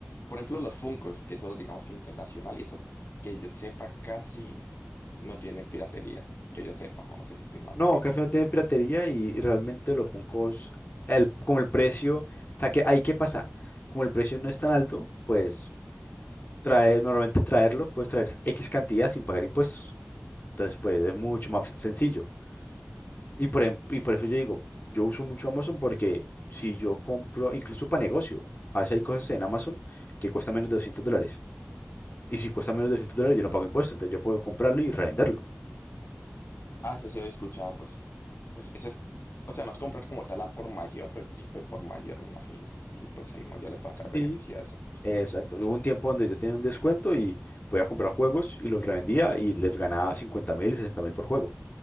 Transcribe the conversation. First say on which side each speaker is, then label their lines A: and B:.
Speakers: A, on the left; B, on the left.
A: Por ejemplo, los Funkos, que eso digamos que es internacional y eso que yo sepa casi no tiene piratería, que yo sepa, o no sé si estoy mal.
B: No, café no tiene piratería y, y realmente los Funkos, el, como el precio, o sea, que ahí qué pasa, como el precio no es tan alto, pues trae, normalmente traerlos, puedes traer X cantidad sin pagar impuestos. Entonces, pues es mucho más sencillo. Y por, em- y por eso yo digo, yo uso mucho Amazon porque si yo compro, incluso para negocio, a veces hay cosas en Amazon que cuestan menos de 200 dólares. Y si cuesta menos de 200 dólares, yo no pago impuestos. Entonces yo puedo comprarlo y revenderlo.
A: Ah, eso sí había escuchado, pues, pues ese es, o sea, no es comprar como tal a por mayor, pero es un tipo de por mayor, me imagino. Y pues ahí uno ya le puede sacar beneficio
B: Sí.
A: a eso.
B: Eh, Exacto. Hubo un tiempo donde yo tenía un descuento y podía comprar juegos y los revendía y les ganaba cincuenta mil, sesenta mil por juego.